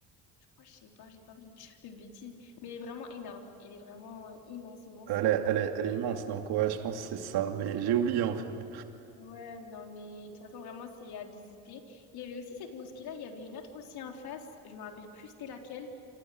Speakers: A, on the left; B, on the right.
A: Je crois, je sais pas, j'ai pas envie de dire de bêtises, mais elle est vraiment énorme. Elle est vraiment euh, immense, immense.
B: Elle est, elle est, elle est immense, donc ouais, je pense que c'est ça, mais j'ai oublié en fait.
A: Ouais, non, mais de toute façon, vraiment, c'est à visiter. Il y avait aussi cette mosquée-là, il y avait une autre aussi en face, je me rappelle plus c'était laquelle.